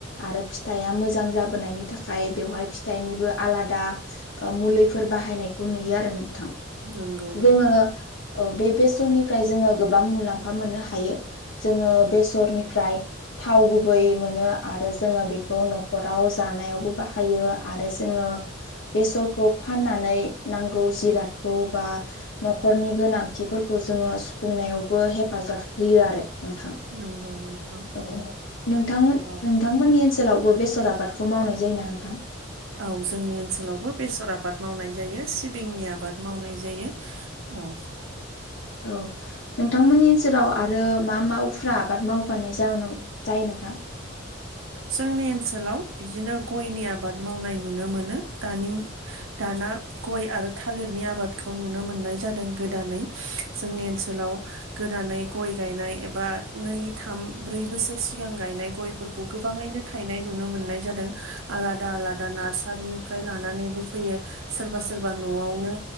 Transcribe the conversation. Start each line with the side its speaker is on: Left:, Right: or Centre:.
Left: आरो फिथाइया मोजां जाबोनायनि थाखाय बेवहाय फिथाइनिबो आलादा मुलिफोर बाहायनायखौ नुयो आरो नोंथां
Right: नंगौ नोंथां
Left: जोङो औ बे बेसरनिफ्राय जोङो गोबां मुलाम्फा मोननो हायो जोङो बेसरनिफ्राय थाव गुबै मोनो आरो जोङो बेखौ न'खराव जानायावबो बाहायो आरो जोङो बेसरखौ फाननानै नांगौ जिरादखौ बा न'खरनि गोनांथिफोरखौ जोङो सुफुंनायावबो हेफाजाब होयो आरो नोंथां
Right: नंगौ नोंथां
Left: औ नोंथां नोंथांमोननि
Right: औ
Left: ओन सोलावबो बेसर आबादखौ मावनाय जायो ना नोंथां?
Right: औ जोंनि ओनसोलावबो बेसर आबाद मावनाय जायो। सिबिंनि आबाद मावनाय जायो औ
Left: औ नोंथांमोननि ओनसोलाव आरो मा मा उफ्रा आबाद मावबानाय जायो नोंथां?
Right: जोंनि ओनसोलाव बिदिनो गयनि आबाद मावनाय नुनो मोनो दानि दाना गय आरो थालिरनि नि आबादखौ नुनो मोननाय जादों गोदानै जोंनि ओनसोलाव गोदानै गय गायनाय एबा नै थाम ब्रै बोसोर सिगां गायनाय गयफोर खौ गोबाङैनो थायनाय नुनो मोननाय जादों आलादा आलादा नार्सारिनिफ्राय लानानैबो फैयो। सोरबा सोरबा न'आवनो